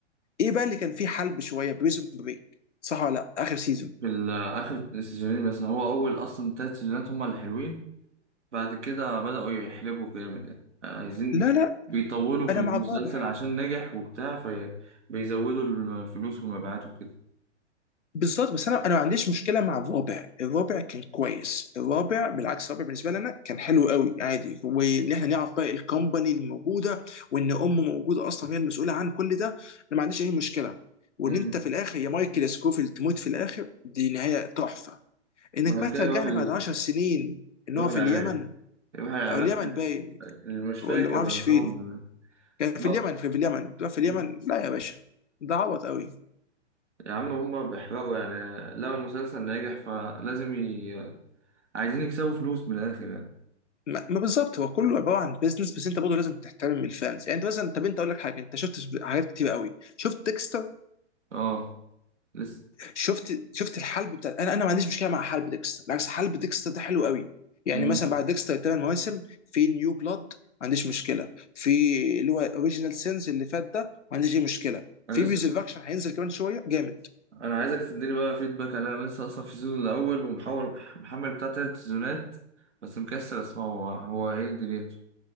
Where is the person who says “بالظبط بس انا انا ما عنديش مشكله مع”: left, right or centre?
Left